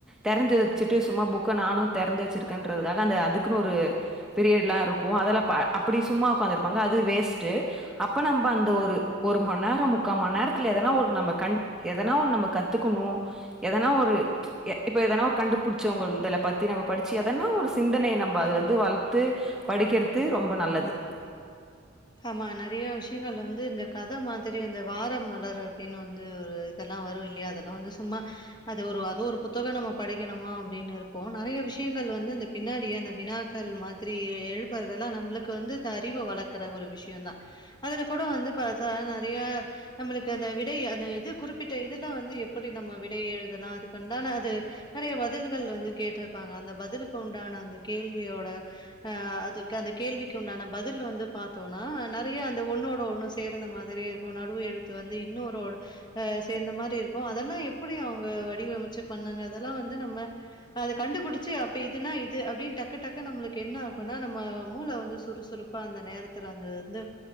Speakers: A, in the centre; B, on the left.
A: தெரந்து வச்சுட்டு சும்மா புக்க நானு தெறந்து வச்சிருக்கேன்றதுக்காக அந்த அதுக்குன்னு ஒரு பீரியட்லா இருக்கும் அதுல ப அப்டி சும்மா உக்காந்துருப்பாங்க அது வேஸ்ட்டு அப்ப நம்ப அந்த ஒரு ஒரு மணிநேரம் முக்கா மணி நேரத்துல எதனா ஒரு நம்ப கண் எதனா ஒன்னு நம்ப கத்துக்கணு எதனா ஒரு இப்ப எதனா ஒரு கண்டுபுடிச்சவங்க இதுல பத்தி நம்ப படிச்சு எதன்னா ஒரு சிந்தனையை நம்ப அதுல இருந்து வளத்து படிக்கிறத்து ரொம்ப நல்லது
B: ஆமா நெறையா விஷயங்கள் வந்து இந்த கதை மாதிரி அந்த வார மலர் அப்டின்னு வந்து ஒரு இதெல்லா வரு இல்லையா அதெல்லா வந்து சும்மா அது ஒரு அது ஒரு புத்தகம் நம்ப படிக்கணுமா அப்டின்னு இருப்போம் நெறையா விஷயங்கள் வந்து இந்த பின்னாடி அந்த வினாக்கள் மாதிரி எழுப்புறதெல்லா நம்பளுக்கு வந்து இந்த அறிவு வளக்க கற ஒரு விஷயம் தா அதுல கூட வந்து பாத்தா நெறையா நம்மளுக்கு அந்த விடை அந்த இது குறிப்பிட்ட இதுல வந்து எப்டி நம்ப விடை எழுதலா அதுக்கு உண்டான அது நெறையா பதில்கள் வந்து கேட்டுருப்பாங்க அந்த பதிலுக்கு உண்டான அந்த கேள்வியோட அ அதுக்கு அந்த கேள்விக்கு உண்டான பதில் வந்து பாத்தோன்னா நெறையா அந்த ஒன்னோட ஒன்னு சேர்ந்த மாதிரி இருக்கும் நடுவு எழுத்து வந்து இன்னொரு அ சேர்ந்த மாதிரி இருக்கு அதெல்லா எப்டி அவங்க வடிவமைச்சு பண்ணாங்க அதெல்லா வந்து நம்ம அத கண்டுபிடிச்சு அப்ப இதுனா இது அப்டின்னு டக்கு டக்குன்னு நம்மளுக்கு என்ன ஆகும்னா நம்ப மூள வந்து சுறுசுறுப்பு ப்ப அந்த நேரத்துல அந்த வந்து